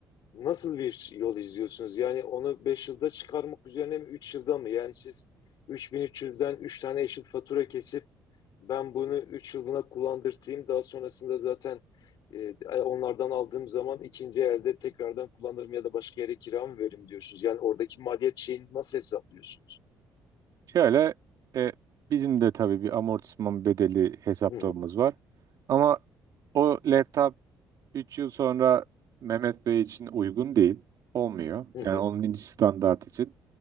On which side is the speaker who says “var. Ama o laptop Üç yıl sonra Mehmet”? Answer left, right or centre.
Right